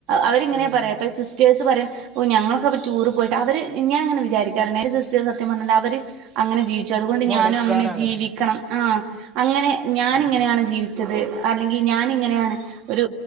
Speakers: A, on the right; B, in the centre.
A: അവരിങ്ങനെയാ
B: ഉം
A: പറയാ ഇപ സ് സ്റ്റേഴസ് പറിം ഞങ്ങളക്കപ്പോ ടൂറ് പോയിട്ടാ അവര് ഞാ ഇങ്ങനെ വിചാരിക്കാറ്ണ്ട് ഇൻ്റെ സിസ്റ്റേ്സ് സത്യം പറഞ്ഞാ അവര് അങ്ങനെ ജീവിച്ചു അതുകൊണ്ട്
B: മൊടക്കാറാണ്
A: ഞാനും അങ്ങനെ ജീവിക്കണം ആ അങ്ങനെ ഞാന്
B: ഉം
A: ഇങ്ങനെയാണ് ജീവിച്ചത് ച്ചത് അല്ലെങ്കിൽ ഞാനിങ്ങനെയാണ് ഒരു